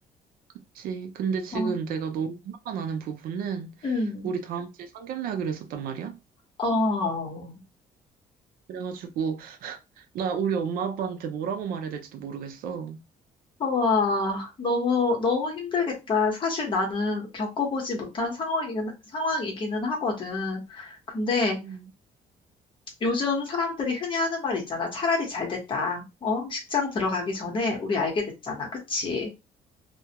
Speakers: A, on the right (about 80°); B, on the left (about 35°).
A: 그치. 근데 지금
B: 어,
A: 내가 너무 화가 나는 부분은
B: 음.
A: 우리 다음 주에 상견례 하기로 했었단 말이야.
B: 어,
A: 그래가지고 나 우리 엄마 아빠한테 뭐라고 말해야 될지도 모르겠어.
B: 와, 너무, 너무 힘들겠다. 사실 나는 겪어보지 못한 상황이긴, 상황이기는 하거든. 근데
A: 음,
B: 요즘 사람들이 흔히 하는 말 있잖아. 차라리 잘 됐다. 어? 식장 들어가기
A: 음.
B: 전에 우리 알게 됐잖아. 그치?